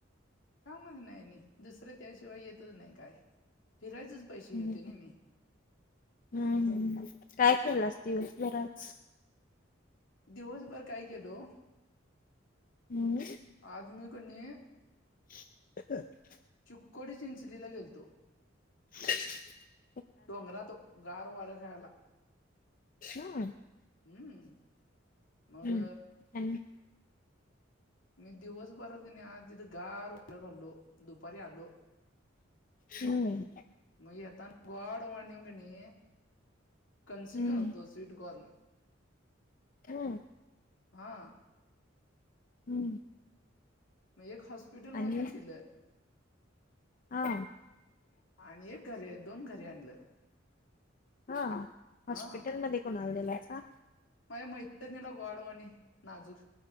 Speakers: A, on the left; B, on the left.
A: कामच नाय नी दुसरं त्याशिवाय येतच नाही काय फिरायचेच पैसे
B: हम्म.
A: घेतो नी मी.
B: हम्म हम्म काय केलास दिवसभरच?
A: दिवसभर काय केलो
B: हम्म
A: आज मी कणी
B: <unintelligible>
A: चुक्कोडी चिंचलीला गेलतो.
B: <inaudible>
A: डोंगरात, गार वार खायाला.
B: हम्म.
A: हम्म, मग
B: हम्म आणि
A: मी दिवस भरात का नाही आ तिथं गार वारा खालो, दुपारी आलो.
B: हम्म.
A: मग येता गोड वाणींगणे, कणस
B: हम्म
A: घेऊन तो स्वीटकॉर्न.
B: हम.
A: हा.
B: हम्म.
A: मग एक हॉस्पिटल
B: आणि
A: मध्येच दिलं.
B: हा.
A: आणि एक घरे दोन घरे आणलं.
B: हा हॉस्पिटलमध्ये
A: हा
B: कोणाला दिलायसा?
A: माझ्या मैत्रिणीला गॉड वाणी नाजूक.